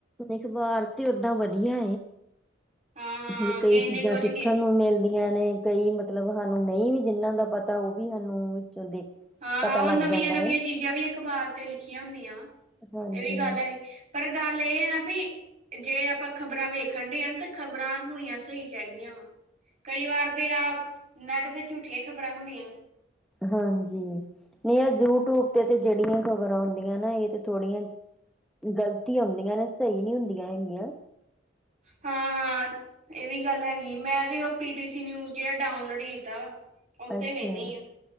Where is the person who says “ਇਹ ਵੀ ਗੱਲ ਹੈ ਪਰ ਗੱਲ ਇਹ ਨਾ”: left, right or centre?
Right